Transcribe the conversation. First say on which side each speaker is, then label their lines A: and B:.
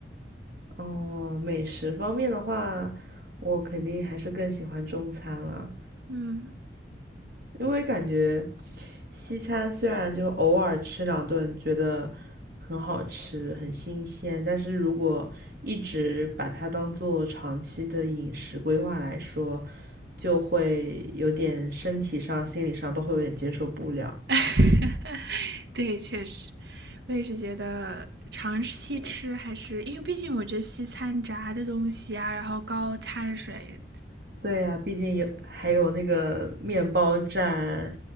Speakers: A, on the right (about 55°); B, on the right (about 70°).
A: 哦，美食方面的话，我肯定还是更喜欢中餐啦，
B: 嗯，
A: 因为感觉西餐虽然就偶尔吃两顿觉得很好吃、很新鲜，但是如果一直把它当做长期的饮食规划来说，就会有点身体上、心理上都会有点接受不了。
B: <laughs> 对，确实，我也是觉得尝西吃还是因为毕竟我觉得西餐炸的东西啊，然后高碳水
A: 对呀、啊毕竟有还有那个面包蘸